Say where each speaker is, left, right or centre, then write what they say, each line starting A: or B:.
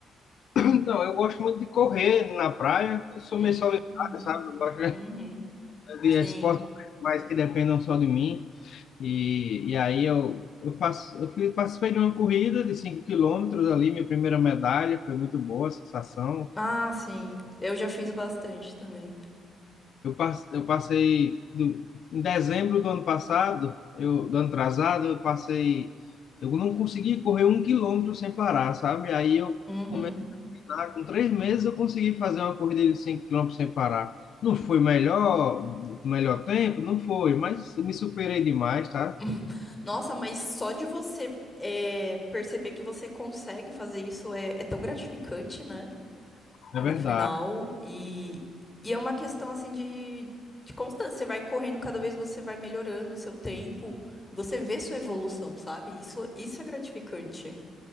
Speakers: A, on the left; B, on the left.
A: Então, eu gosto muito de correr na praia, eu sou
B: Hum,
A: meio solitário,
B: hum,
A: sabe? Eu gosto
B: Uhum.
A: de
B: Sim.
A: esportes mais que dependam só de mim, e, e aí eu, eu faço, eu fiz, participei de uma corrida de 5 quilômetros ali, minha primeira medalha, foi muito boa a sensação,
B: Ah, sim. Eu já fiz bastante também.
A: Eu, pas- eu passei do- em dezembro do ano passado, eu, do ano atrasado, eu passei. Eu não consegui correr um quilômetro sem parar, sabe? Aí eu
B: Uhum.
A: comecei lá, com três meses, eu consegui fazer uma corrida de cinco quilômetros sem parar. Não foi melhor, melhor tempo? Não foi, mas eu me superei demais, tá?
B: <laughs> Nossa, mas só de você é, perceber que você consegue fazer isso é, é tão gratificante, né? no
A: É verdade.
B: final. E, e é uma questão assim de, de constância. Você vai correndo, cada vez você vai melhorando o seu tempo. Você vê sua evolução, sabe? Isso, isso é gratificante.